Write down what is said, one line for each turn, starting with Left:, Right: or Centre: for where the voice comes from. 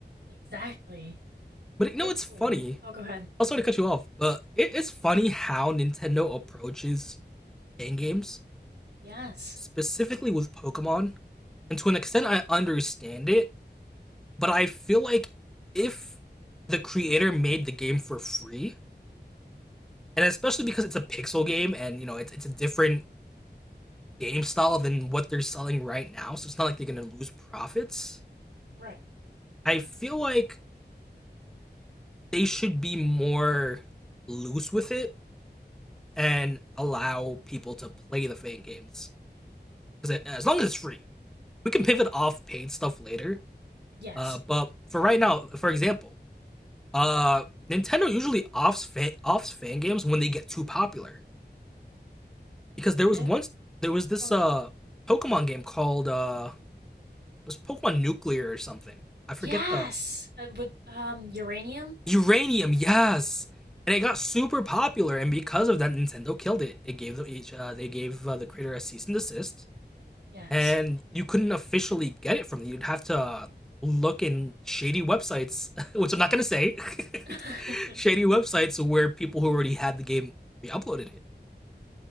Right: Exactly.
Centre: But you
Right: Hopefully.
Centre: know it's funny?
Right: Oh, go ahead.
Centre: I'm sorry to cut you off, but it is funny how Nintendo approaches fan games,
Right: Yes.
Centre: specifically with Pokemon. And to an extent, I understand it, but I feel like if the creator made the game for free, and especially because it's a pixel game and you know it's, it's a different game style than what they're selling right now, so it's not like they're gonna lose profits.
Right: Right.
Centre: I feel like they should be more loose with it and allow people to play the fan games because as long as it's free, we can pivot off paid stuff later.
Right: Yes.
Centre: Uh, but for right now, for example, uh, Nintendo usually offs fan, offs fan games when they get too popular because there was
Right: I
Centre: once there was this
Right: oh
Centre: uh
Right: good.
Centre: Pokemon game called uh it was Pokemon Nuclear or something. I forget
Right: Yeah.
Centre: the
Right: Yes. Uh, with um uranium?
Centre: Uranium, yes. And it got super popular, and because of that, Nintendo killed it. It gave them each, uh, they gave uh, the creator a cease and desist,
Right: Yes.
Centre: and you couldn't officially get it from them. You'd have to look in shady websites, <laughs> which I'm not gonna say,
Right: <laughs>
Centre: <laughs> shady websites where people who already had the game re-uploaded it.